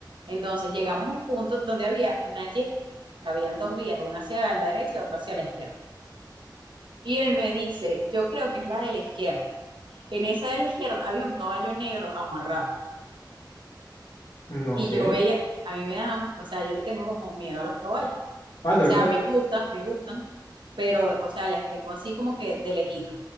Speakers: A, on the right (about 80°); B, on the left (about 70°).
A: Entonces llegamos a un punto donde había una Y, habían dos vías, una hacia la derecha y otra hacia la izquierda. Y él me dice, yo creo que es la de la izquierda. En esa de la izquierda había un caballo negro amarrado.
B: Mm, Ok.
A: Y yo veía, a mí me dan, o sea, yo le tengo como miedo a los caballos. O
B: Ah, ¿de verdad?
A: sea, me gustan, me gustan, pero, o sea, les tengo así como que de lejito.